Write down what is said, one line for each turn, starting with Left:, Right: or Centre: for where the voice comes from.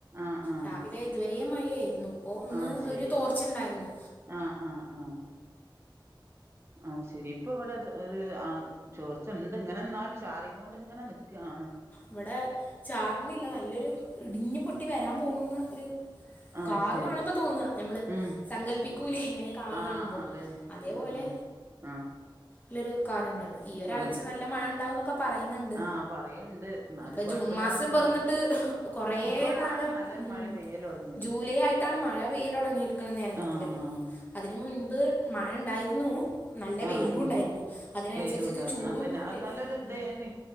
Right: ആഹ് ആഹ്
Left: രാവിലെ ഇതുവരേം മഴയായിരുന്നു ഇപ്പൊ ഒന്ന്
Right: അത് ശരി
Left: ഒരു തോർച്ചണ്ടായിരുന്നു
Right: ആഹ് ആഹ് ആഹ് ആഹ് അത് ശരി ഇപ്പ ഇവടെ ചൊ ഒര് ആഹ് ചോർച്ചണ്ട് ഇങ്ങനെ ഇന്നാലും ചാറി ക്കോണ്ട്ങ്ങനെ നിക്കാണ്
Left: ഇവടെ ചാറ്ണില്ല. നല്ലൊരു ഇടിഞ്ഞു പൊട്ടി വരാൻ പോകുന്ന ഒര്
Right: അത്
Left: കാറ്
Right: ശരി
Left: കാണുമ്പോ തോന്നാ നമ്മള്
Right: ഉം
Left: സങ്കല്പിക്കൂലേ ഇങ്ങനെ കാറ്
Right: ആഹ്
Left: കാണുമ്പോ
Right: അതന്നെ
Left: അതേപോലെ
Right: ആഹ് ആഹ് ആഹ്
Left: ല്ലൊരു കാറ് ണ്ട് ഈ ഒരാഴ്ച
Right: അത് ശരി
Left: നല്ല മഴ ഉണ്ടാവുംന്നൊക്കെ പറയുന്നുണ്ട്
Right: ആഹ് പറയ്ണ്ട് എന്നാലും
Left: ഇപ്പം
Right: കൊഴപ്പല്ലാത്തൊരു
Left: ജൂൺ മാസം പിറന്നിട്ട്
Right: മ
Left: കൊറേ
Right: ഇപ്പഴാണ്
Left: കാലം
Right: നല്ലൊരു
Left: ഉം
Right: മഴ പെയ്യല് തൊടങ്ങിയത്
Left: ജൂലൈ ആയിട്ടാണ് മഴ പെയ്യൽ തുടങ്ങിരിക്കുന്നത് നേരംഗത്തില്
Right: ആഹ് ആഹ്
Left: അതിനു മുൻപ് മഴ ഉണ്ടായിരുന്നു നല്ല
Right: ആഹ്
Left: വെയിലും
Right: ആഹ്
Left: ഉണ്ടായിരുന്നു അതിനനുസരിച്ചിട്ട്
Right: വെയിലും ഉണ്ടാനും
Left: ചൂടും
Right: അതന്നെ അത്
Left: തരും
Right: നല്ലൊരു ഇതേനി
Left: ഉം